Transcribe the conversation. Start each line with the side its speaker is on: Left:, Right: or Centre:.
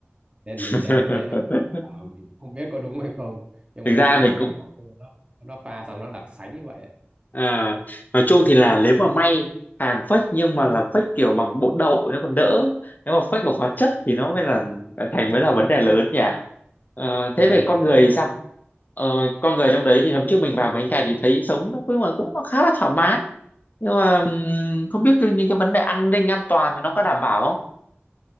Right: đen
Left: <laughs>
Right: đen để thế xong nó vào thì không biết có đúng hay không nhưng
Left: thực
Right: mà
Left: ra
Right: đúng là
Left: mình
Right: cái
Left: cũng
Right: cà phê nó nó pha xong nó đặc sánh như vậy ấy.
Left: À, nói chung thì là nếu mà may hàng fake nhưng mà là fake kiểu bằng bột đậu thì nó còn đỡ nếu mà fake bằng hóa chất thì nó mới là thành mới là vấn đề lớn nhỉ Ờ,
Right: thường
Left: thế về con
Right: thì
Left: người thì
Right: nó
Left: sao Ờ, con người trong đấy thì hôm trước mình vào mấy ngày thì thấy sống nó cũng cũng khá là thoải mái nhưng mà ừm, không biết cái- những cái vấn đề an ninh an toàn thì nó có đảm bảo không